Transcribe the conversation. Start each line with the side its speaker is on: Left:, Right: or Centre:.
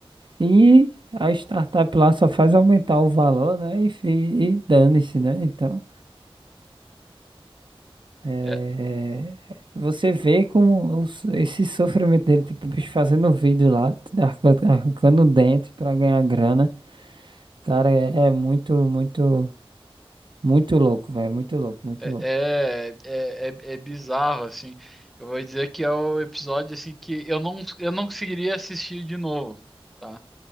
Right: E a startup lá só faz aumentar o valor, né? E, fi- e dane-se, né? Então, é,
Centre: É,
Right: é, você vê como os- esse sofrimento dele, tipo, o bicho fazendo vídeo lá, arranca- arrancando o dente para ganhar grana. Cara, é, é muito, muito, muito louco, velho. Muito louco, muito
Centre: É,
Right: louco.
Centre: é, é, é bizarro, assim. Eu vou dizer que é o episódio assim que eu não, eu não conseguiria assistir de novo, tá?